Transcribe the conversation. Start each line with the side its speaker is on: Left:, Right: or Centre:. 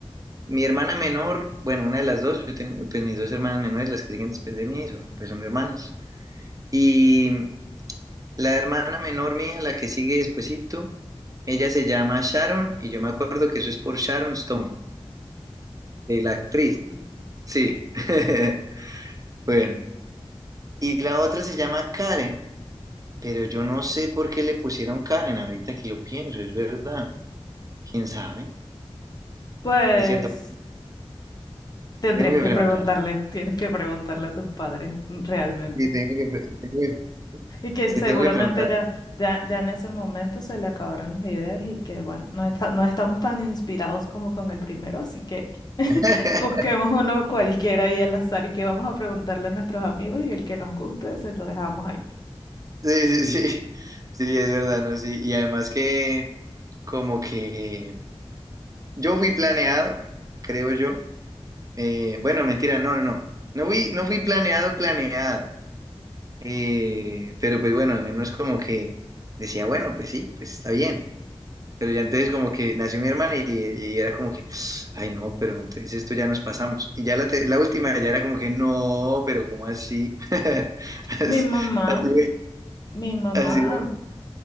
Right: mi hermana menor, bueno, una de las dos, yo tengo, pues mis dos hermanas menores, las que siguen después de mí, son, pues son hermanas. Y la hermana menor mía, la que sigue despuesito, ella se llama Sharon, y yo me acuerdo que eso es por Sharon Stone, de la actriz. Sí. <laughs> Bueno. Y la otra se llama Karen, pero yo no sé por qué le pusieron Karen, ahorita que lo pienso, es verdad. ¿Quién sabe?
Left: Pues
Right: Es cierto,
Left: tendrías
Right: tengo que
Left: que
Right: preguntar.
Left: preguntarle, tienes que preguntarle a tus padres mm, realmente.
Right: Sí, tengo que, pre- tengo que-
Left: Y que
Right: sí,
Left: seguramente
Right: tengo que preguntar.
Left: ya, ya, ya en ese momento se le acabaron las ideas y que bueno, no está- no estamos tan inspirados como con el primero, así que
Right: <laughs>
Left: <laughs> busquemos uno cualquiera ahí al azar y que vamos a preguntarle a nuestros amigos y el que nos guste se lo dejamos ahí.
Right: Sí, sí, sí, sí, es verdad, ¿no? Sí, y además que como que yo fui planeado, creo yo. Eh, bueno, mentira, no, no, no. No fui, no fui planeado, planeado. Eh, pero pues bueno, al menos como que decía, bueno, pues sí, pues está bien. Pero ya entonces como que nació mi hermana y, y era como que, ay no, pero entonces esto ya nos pasamos. Y ya la, te- la última ya era como que, no, pero ¿cómo así? <laughs>
Left: Mi mamá,
Right: Así,
Left: mi mamá
Right: así, así.
Left: a,